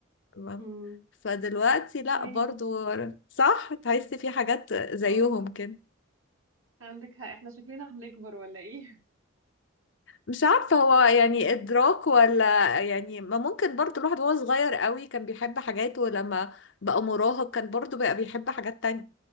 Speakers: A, on the left; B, on the right.
A: تمام
B: مم.
A: فدلوقتي لا
B: ايوه
A: برضو صح تحسي في حاجات زيهم
B: عندك
A: كده
B: عندك حق. احنا شكلنا بنكبر ولا ايه
A: مش عارفة
B: <laughs>
A: هو
B: شكلنا
A: يعني إدراك
B: كده
A: ولا يعني ما ممكن برضو الواحد وهو صغير قوي كان بيحب حاجات ولما بقى مراهق كان برضو بقى بيحب حاجات تانية